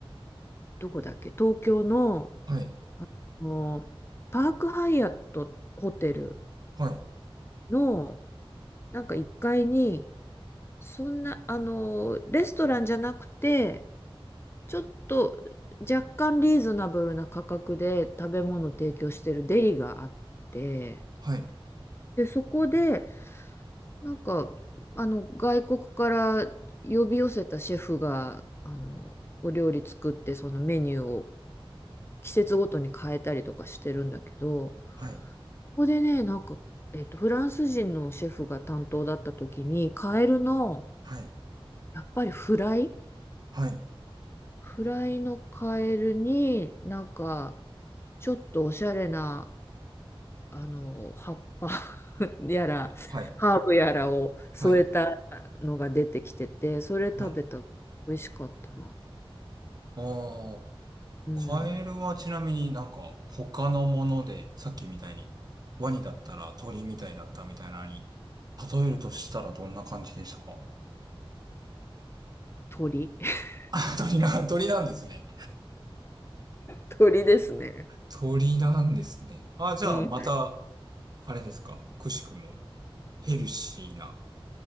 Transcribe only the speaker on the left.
どこだっけ東京の、
あの、パークハイアットホテル
の、なんか1階に、そんな、あの、レストランじゃなくて、ちょっと若干リーズナブルな価格で食べ物を提供してるデリがあって、
で、そこで、なんか、あの、外国から呼び寄せたシェフが、あの、お料理作って、そのメニューを季節ごとに変えたりとかしてるんだけど、
ここでね、なんか、えっと、フランス人のシェフが担当だった時に、カエルの、
やっぱりフライ
フライのカエルになんかちょっとおしゃれなあの葉っぱ <laughs> やらハーブやらを添えた
のが出てきててそれ食べた美味しかったな
うん
鳥 <laughs>
鳥ですね
うん